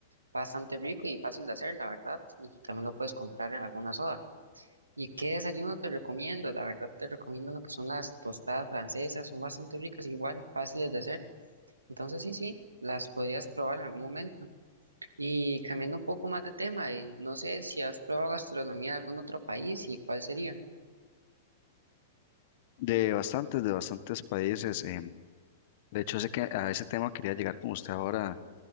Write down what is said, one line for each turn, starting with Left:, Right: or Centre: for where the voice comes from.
Right: bastante rico y fácil de hacer, la verdad, y también lo puedes comprar en alguna soda. ¿Y qué desayuno te recomiendo? La verdad te recomiendo lo que son las tostadas francesas, son bastante ricas, igual, fáciles de hacer. Entonces sí, sí, las podrías probar en algún momento. Y cambiando un poco más de tema, eh, no sé si has probado gastronomía de algún otro país y cuál sería.
Left: De bastantes, de bastantes países. em, de hecho, sé que a ese tema quería llegar con usted ahora,